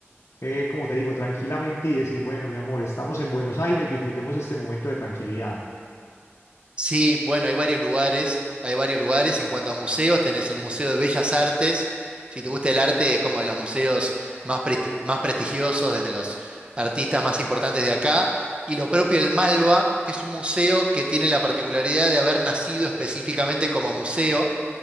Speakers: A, on the left; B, on the right.
A: eh, como te digo, tranquilamente y decir, bueno, mi amor, estamos en Buenos Aires, disfrutemos este momento de tranquilidad.
B: Sí, bueno, hay varios lugares, hay varios lugares. En cuanto a museos, tenés el Museo de Bellas Artes. Si te gusta el arte, es como de los museos más, presti- más prestigiosos, de los artistas más importantes de acá. Y lo propio el Malva, que es un museo que tiene la particularidad de haber nacido específicamente como museo